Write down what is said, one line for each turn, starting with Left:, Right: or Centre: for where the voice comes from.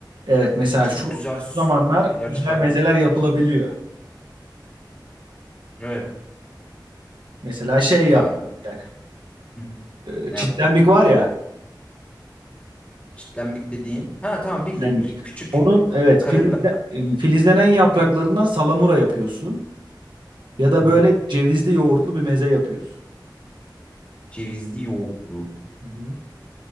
Right: Evet mesela
Left: Çok
Right: şu
Left: güzel soslu
Right: zamanlar
Left: şeyler
Right: güzel
Left: çıkartabilirler.
Right: mezeler yapılabiliyor.
Left: Evet.
Right: Mesela şey
Left: Ya
Right: yaptık bir tane.
Left: hı,
Right: Ee,
Left: ne
Right: çitlenmik
Left: yaptın?
Right: var ya.
Left: Çitlenbik dediğin. Ha tamam bildim.
Right: çitlenmik.
Left: Kü- Küçük
Right: Onun evet
Left: karabiber.
Right: filizle, e, filizlenen yapraklarından salamura yapıyorsun. Ya da
Left: Aha.
Right: böyle cevizli yoğurtlu bir meze yapıyorsun.
Left: Cevizli yoğurtlu.
Right: Hı hı.